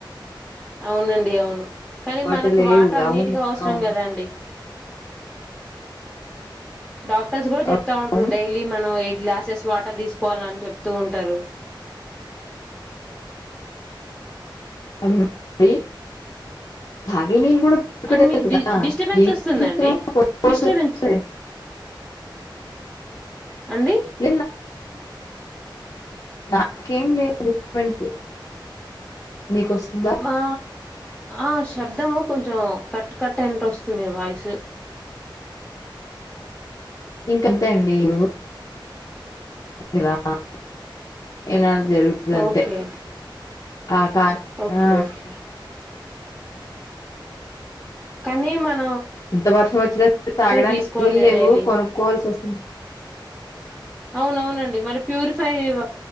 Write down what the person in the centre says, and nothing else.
అవునండి అవును కని
మనకు
వాటర్ అన్నిటికి
అవసరం
కదండీ డాక్టర్స్ కూడ్
జెప్తా ఉంట్రు డైలీ మనవ్ ఎయ్ గ్లాసెస్ వాటర్ తీసుకోవాల్ అని చెప్తూ ఉంటారు
అండ్ మీకు డి
డిస్టర్బెన్స్
వస్తుందండి
డిస్టర్బెన్స్
అండి
మా ఆ శబ్దము కొంచెం కట్టు కట్ట ఏంట్ ఓస్తుంది వాయిసు
ఓకే
ఓకే
ఓకే కనీ మన్
తీసుకోవాలండి
డైలీ
అవునవునండి మరి ప్యూరిఫైర్